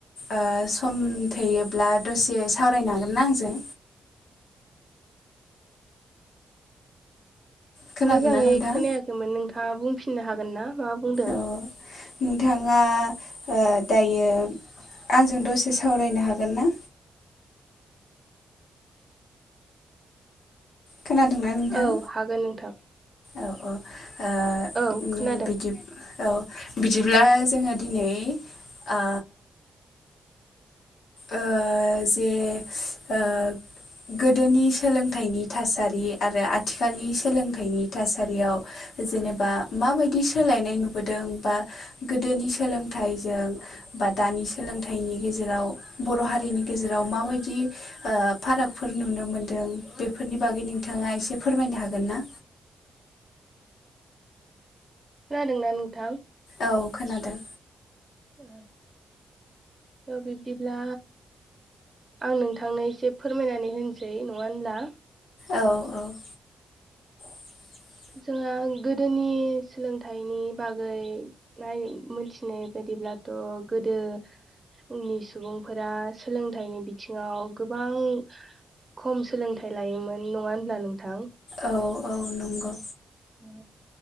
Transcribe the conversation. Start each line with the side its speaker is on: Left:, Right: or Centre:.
Left: ओ सम थायोब्ला दसे सावरायनो हागोनना आंजों। खोनादोंना
Right: मोजाङै
Left: नोंथां
Right: खोनायाखैमोन नोंथाङा बुंफिननो हागोन ना मा बुंदों?
Left: औ नोंथाङा ओ दायो आंजों दसे सावरायनो हागोन ना। खोनादोंना नोंथां
Right: औ हागोन नोंथां
Left: औ औ। ओ
Right: औ खोनादों।
Left: बिदि औ बिदिब्ला जोङो दिनै ओ ओ जे ओ गोदोनि सोलोंथाइनि थासारि आरो आथिखालनि सोलोंथाइनि थासारियाव जेनेबा माबायदि सोलायनाय नुबोदों बा गोदोनि सोलोंथाइजों बा दानि सोलोंथाइनि गेजेराव बर' हारिनि गेजेराव माबायदि ओ फारागफोर नुनो मोनदों बेफोरनि बागै नों नोंथाङा इसे फोरमायनो हागोन ना।
Right: खोनादोंना नोंथां।
Left: औ खोनादों।
Right: औ थ' बिबदिब्ला आं नोंथांनो एसे फोरमायनानै होनोसै नङा होनब्ला?
Left: औ औ। <inaudible>
Right: जोंहा गोदोनि सोलोंथाइनि बागै नाय- मोनथिनाय बायदि अब्लाथ' गोदो नि सुबुंफोरा सोलोंथाइनि बिथिङाव गोबां खम सोलोंथाइ लायोमोन नङा होनब्ला नोंथां?
Left: औ औ नंगौ
Right: औ